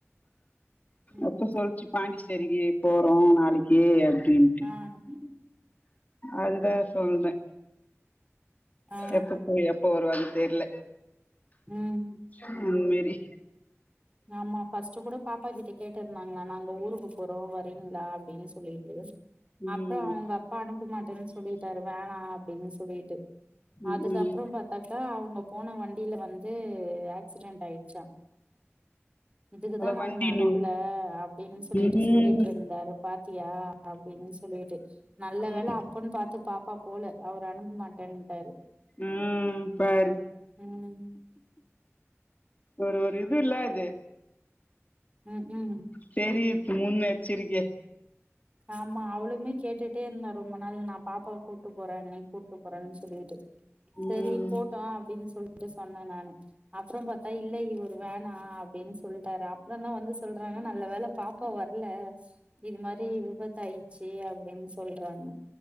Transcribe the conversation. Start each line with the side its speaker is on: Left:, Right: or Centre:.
Right: ம்
Left: அப்ப சொல்ச்சு பாண்டிச்சேரிக்கு போறோ நாளைக்கி அப்டின்ட்டு
Right: அ ம்
Left: அதுதா சொல்றே
Right: ஆ
Left: எப்ப போய் எப்ப வருவாருன் தெர்ல
Right: ம்
Left: அந்மேரி
Right: ஆமா ஃபஸ்ட்டு கூட பாப் பா கிட்ட கேட்டிருந்தாங்கலா நாங்க ஊருக்கு போறோ வரீங்ளா அப்டின்னு சொல்லீட்டு
Left: ம்
Right: அப்புற அவுங்கப்பா அனுப்ப மாட்டன் சொல்லிட்டாரு வேணா அப்டினு சொல்லீட்டு
Left: ம்
Right: அதுக்கப்புற
Left: ம்
Right: பாத்தாக்கா அவுங்க போன வண்டில வந்து ஆக்சிடென்ட் ஆயிடுச்சா இதுக்குதா
Left: அத
Right: நா
Left: வண்டினு
Right: உன்ன அனுப்புல அப்டின் சொல்லிட்டு
Left: ம்
Right: சொல்லிட்டு இருந்தாரு பாத்தியா அப்டின் சொல்லிட்டு நல்ல
Left: ம்
Right: வேல அப்பன் பாத்து பாப்பா போல அவரு அனுப்ப மாட்டன்ட்டாரு
Left: ம் பாரு
Right: ம்
Left: ஒரு ஒரு இதுல்ல அது
Right: ம் ம்
Left: செரி இப் முன்னெச்சரிக்க
Right: ஆமா அவுளுமே கேட்டுட் ட்டே இருந்தா ரொம்ப நாள் நா பாப்பாவ கூட்டு போறேங்க கூட்டு போறங்க சொல்லிகிட்டு
Left: ம்
Right: சேரி போட்டு அப்டின் சொல் ட்டு சொன்ன நானு அப்றோ பாத்தா இல்ல இவரு வேணா அப்டின் சொல்ட்டாரா அப்றந்தா வந்து சொல்றாங்க நல்ல வேல பாப்பா வர்ல இது மாரி கட்டாயிச்சு அப்டின் சொல்றாங்க